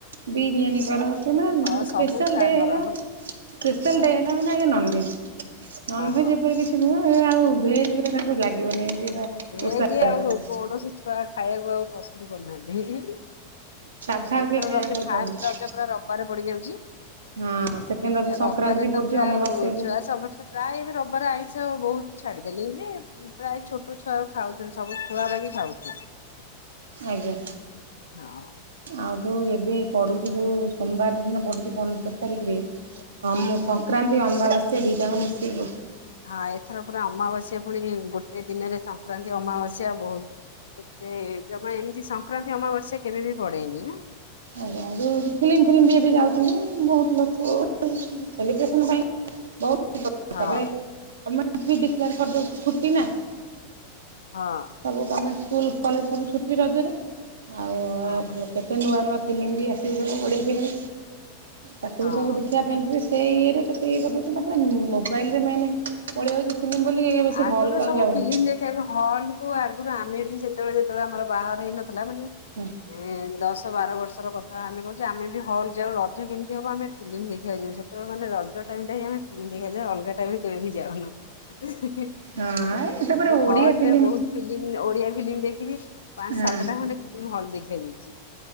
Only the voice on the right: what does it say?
ବିରିୟାନୀ କର କିମ୍ବା
ସ୍ପେଶାଲ୍
ଡେ ହେଲା ମାନେ।
ସ୍ପେଶାଲ୍
ଡେ ହେଲା ମାନେ ଆଗ ନନଭେଜ୍ ନନଭେଜ୍
ଯେପରିକି। ଆଉ ଭେଜ୍ ବି ରା ତାଙ୍କୁ ଲାଗିବନି ଏମିତି ଗୁରା।
ଓଷା
କଲେ
ସାଧା ଆଉ
କେହି ଖାଇବାକୁ
ଭଲ
ପାଉନାହାନ୍ତି
ହଁ ସେକେଣ୍ଡ ରଜ
ସଂକ୍ରାନ୍ତି ବି
ପଡୁଛି
ଅମାବାସ୍ୟା
ବି
ଆଜ୍ଞା।
ଆଉ ଯୋଉ ଏବେ ପଡୁଛି ଯୋଉ ସୋମବାର ଦିନ ପଡୁଛି ପନ୍ଦର ତାରିଖରେ। ସଂକ୍ରାନ୍ତି ଅମାବାସ୍ୟା ଦିଇଟାଙ୍କ ମିଶିକି ପଡୁଛି।
ଆଜ୍ଞା ଯୋଉ ଫିଲ୍ମ ଫିଲିମ୍ ବି ଏବେ ଯାଉଛନ୍ତି ବହୁତ ଲୋକ। ସେଲିବ୍ରେସନ ପାଇଁ ବହୁତ।
ତାପରେ ଗଣ୍ଟ ଡିକୟାର କରିଦଉଛି ଛୁଟି ନା <inaudible> <inaudible>
ସବୁ ଗମେଣ୍ଟ ସ୍କୁଲ କଲେଜ ସବୁ ଛୁଟି ରଜରେ ଆଉ
କେତେ ନୂଆ ନୂଆ। ଫିଲ୍ମ ବି ଆସିବ ସବୁ ଓଡିଆ ଫିଲ୍ମ ତାକୁ
ବି ସବୁ ଦେଖ। ଦେଖିବା ପାଇଁ ଯିବେ ସେ ଇଏରେ କେତେ ଇଏ କରିଦେଉଛନ୍ତି ତାପରେ ମୋବାଇଲ ରେ ମେନେ ପଳେଇଆଉଛି। ଫିଲ୍ମ ବୁଲି ବେଶି
ହଲ୍ କୁ
ଆଉ ଯାଉନା।
ହୁଁ।
ହଁ ତାପରେ ଓଡିଆ
ଫିଲ୍ମ
ହଁ